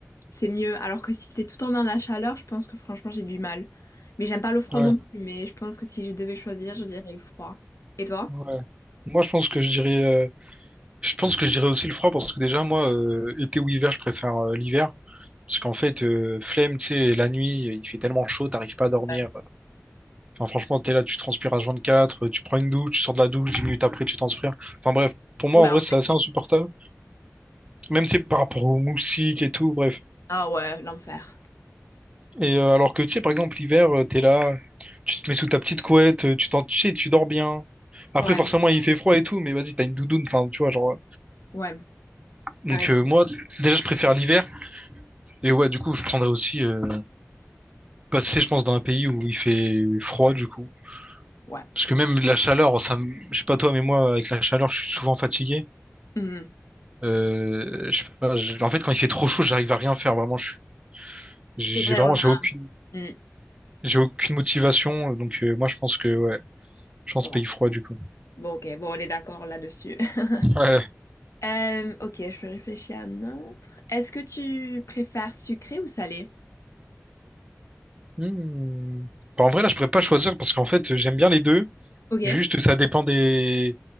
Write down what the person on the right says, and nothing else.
Ouais,
ouais. Moi, je pense que je dirais, euh, je pense que je dirais aussi le froid parce que déjà, moi, euh, été ou hiver, je préfère euh, l'hiver. Parce qu'en fait, euh, flemme, tu sais, la nuit, il fait tellement chaud, t'arrives pas à dormir.
Enfin, franchement, t'es là, tu transpires H24, quatre, tu prends une douche, tu sors de la douche, 10 minutes après, tu transpires. Enfin, bref, pour moi,
en vrai, c'est assez insupportable. Même, tu sais, par rapport aux moustiques et tout, bref.
Et euh, alors que, tu sais, par exemple, l'hiver, euh, t'es là, tu te mets sous ta petite couette, euh, tu t'en- tu sais, tu dors bien. Après,
forcément, il fait froid et tout, mais vas-y, t'as une doudoune, enfin, tu vois, genre. euh.
Donc,
euh, moi, déjà, je préfère l'hiver. Et ouais, du coup, je prendrais aussi euh, passer, je pense, dans un pays où il fait froid, du coup.
Parce que même de la chaleur, ça, me- je sais pas toi, mais moi, avec la chaleur, je suis souvent fatigué.
Euh, je sais pas, je- en fait, quand il fait trop chaud, j'arrive à rien faire. Vraiment, je suis, j'ai
j'ai
vraiment,
j'ai
aucune,
j'ai aucune motivation. euh, Donc, euh, moi, je pense que, ouais, je pense
pays froid, du coup.
Ouais.
Hmm. Bah, en vrai, là, je pourrais pas choisir parce qu'en fait, j'aime bien les deux.
Juste, ça dépend des,